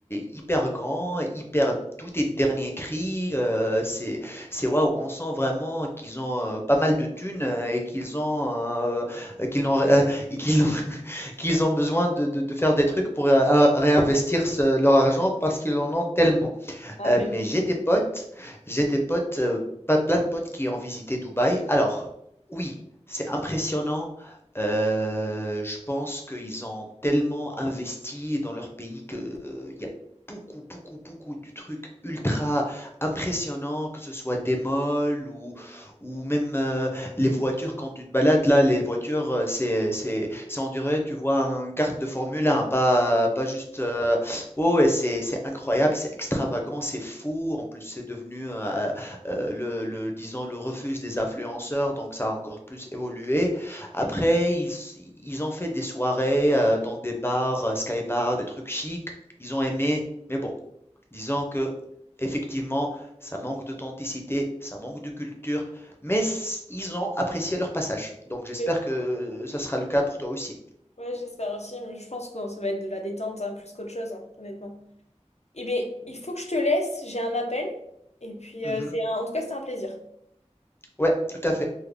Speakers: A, on the left; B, on the left.
A: hyper grand, hyper tout est dernier cri, heu, c'est c'est waouh, on sent vraiment qu'ils ont, heu, pas mal de thunes, heu, et qu'ils ont, heu, qu'ils n'ont ré euh, et qu'ils ont <laughs> qu'ils ont besoin de de de faire des trucs pour, heu, réinvestir ce leur argent parce qu'ils en ont tellement.
B: Ah,
A: Heu,
B: mais
A: mais
B: oui.
A: j'ai des potes j'ai des potes, heu, pas plein de potes qui ont visité Dubaï. Alors, oui, c'est impressionnant. Heu, je pense qu'ils ont tellement investi dans leur pays que, heu, il y a beaucoup, beaucoup, beaucoup du truc ultra impressionnant, que ce soit des malls ou ou même, heu, les voitures quand tu te balades là, les voitures, heu, c'est c'est c'est on dirait, tu vois un kart de Formule 1, pas pas juste, heu, Oh et c'est c'est incroyable, c'est extravagant, c'est fou. En plus, c'est devenu, heu heu, le le disons le refuge des influenceurs, donc ça a encore plus évolué. Après,
B: Ouais,
A: ils ils ont fait des soirées, heu, dans des bars, heu, sky bars, des trucs chics. Ils ont aimé, mais bon, disons que effectivement ça manque d'authenticité, ça manque de culture, mais s ils ont apprécié leur passage. Donc j'espère
B: Oui.
A: que euh, ça sera le cas pour toi aussi.
B: Ouais, j'espère aussi, mais je pense que ça va être de la détente hein, plus qu'autre chose, hein, honnêtement. Eh bien, il faut que je te laisse. J'ai un appel. Et puis,
A: Mmh
B: euh, c'est un- en tout cas, c'était un plaisir.
A: Ouais, tout à fait.